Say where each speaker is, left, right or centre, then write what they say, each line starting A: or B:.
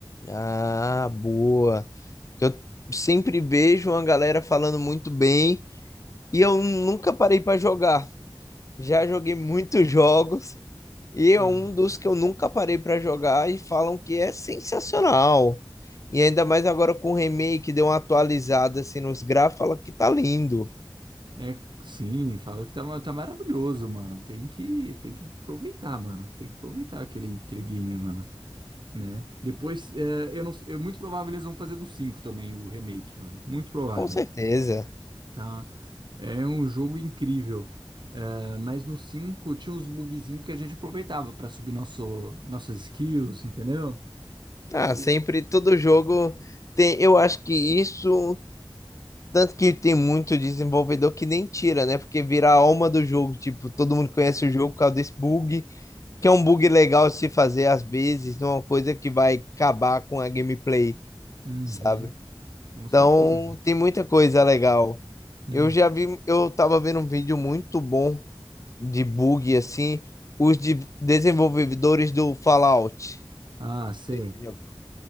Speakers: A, on the left; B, on the right.
A: Ah, boa. que eu sempre vejo uma galera falando muito bem e eu nunca parei para jogar. Já joguei muitos <laughs> jogos e é
B: Hum.
A: um dos que eu nunca parei para jogar e falam que é sensacional. E ainda mais agora com o remake, deu uma atualizada assim nos gráficos, fala que tá lindo.
B: É, sim, fala que tá, ma- tá maravilhoso, mano. Tem que, tem que aproveitar, mano. Tem que aproveitar aquele, aquele game, mano, né? Depois, é, eu não, eu, muito provável eles vão fazer do cinco também, o remake, mano. Muito provável,
A: Com certeza.
B: tá? É um jogo incrível. É, mas no 5 tinha uns bugzinhos que a gente aproveitava pra subir nosso, nossas skills, entendeu?
A: Ah,
B: E-
A: sempre todo jogo tem, eu acho que isso tanto que tem muito desenvolvedor que nem tira, né? Porque vira a alma do jogo, tipo, todo mundo conhece o jogo por causa desse bug que é um bug legal se fazer às vezes, não é uma coisa que vai acabar com a gameplay,
B: Uhum,
A: sabe?
B: com
A: Então,
B: certeza.
A: tem muita coisa legal.
B: Hum.
A: Eu já vi, eu tava vendo um vídeo muito bom de bug assim, os de- desenvolvedores do Fallout.
B: Ah, sei.
A: Não sei se você já viu.